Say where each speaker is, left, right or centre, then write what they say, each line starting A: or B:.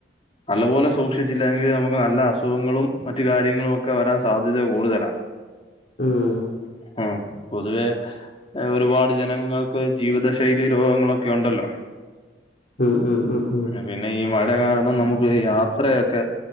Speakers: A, on the left (about 30°); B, on the left (about 50°).
A: നല്ലപോലെ സൂക്ഷിച്ചില്ലെങ്കിൽ നമുക്ക് നല്ല അസുഖങ്ങളും മറ്റു കാര്യങ്ങളും ഒക്കെ വരാൻ സാധ്യത കൂടുതലാ.
B: ഉം
A: ആ പൊതുവെ ഒരുപാട് ജനങ്ങൾ. ജീവിതശൈലി രോഗങ്ങളൊക്കെ ഉണ്ടല്ലോ.
B: ഉം ഉം ഉം ഉം
A: പിന്നെ ഈ മഴ കാരണം നമുക്ക് യാത്രയൊക്കെ